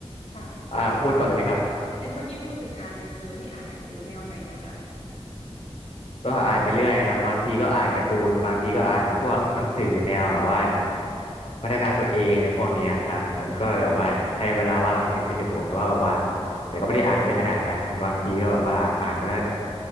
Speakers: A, on the left; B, on the left.
A: ค่ะ
B: อ่าพูดก่อนเลยครับ
A: เห็นเมื่อกี้พูดถึงอ่านหนังสือนี่อ่านหนังสือแนวไหนล่ะคะ
B: ก็อ่านไปเรื่อยครับบางทีก็อ่านการ์ตูนบางทีก็อ่านพวกหนังสือแนวแบบว่าพัฒนาตัวเองในพวกเนี้ยครับมันก็แบบว่าใช้เวลาว่างให้เป็นประโยชน์แต่ว่าแบบว่า
A: อืม
B: แต่ก็ไม่ได้อ่านเยอะขนาดนั้นครับบางทีก็แบบว่าอ่านมาละ